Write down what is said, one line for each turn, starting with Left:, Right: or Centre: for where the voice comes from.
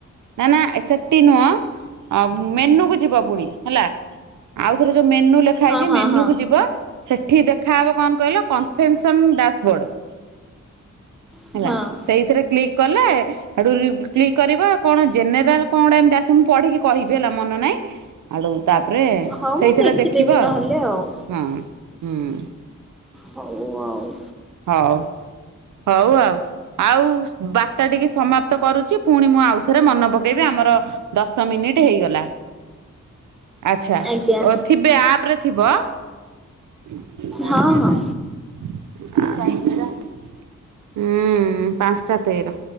Right: ନା ନା ଏ ସେଠଟି ନୁହଁ ମେନୁ କୁ ଯିବ ପୁଣି ହେଲା। ଆଉ ଥରେ ଯୋଉ ମେନୁ ଲେଖା
Centre: ହଁ
Right: ହେଇଛି
Centre: ହଁ
Right: ମେନୁ
Centre: ହଁ।
Right: କୁ ଯିବ। ସେଠି ଦେଖାହେବ କଣ କହିଲ କନଫେନ୍ସନ୍ ଡ୍ୟାାସବୋର୍ଡ଼।
Centre: ହଁ
Right: ହେଲା ସେଇଥିରେ କ୍ଲିକ୍ କଲେ ହାଡୁ କ୍ଲିକ୍ କରିବ। କଣ ଜେନେରାଲ କଁ ଗୋଟେ ଏମତି ଆସିବ ମୁଁ ପଢିକି କହିବି ହେଲା ମନ ନାଇଁ, ଆଡୁ ତା ତାପରେ
Centre: ହଉ ମୁଁ
Right: ସେଇଥିରେ
Centre: ଦେଖିଦେବି
Right: ଦେଖିବ
Centre: ନହେଲେ
Right: ଆଉ
Centre: ଆଉ
Right: ହଁ ହୁଁ।
Centre: ହଉ ଆଉ
Right: ହଉ ହଉ ଆଉ ଆଉ ବାତ୍ତା ଟିକି ସମାପ୍ତ କରୁଚି। ପୁଣି ମୁଁ ଆଉଥରେ ମନ ପକେଇବି ଆମର ଦଶ ମିନିଟ୍ ହେଇଗଲା। ଆଛା
Centre: ଆଜ୍ଞା
Right: ଓ ଥିବେ ଆପରେ ଥିବ। <inaudible> <inaudible> ହୁଁ ପାଂସଟା
Centre: ହଁ ହଁ
Right: ତେର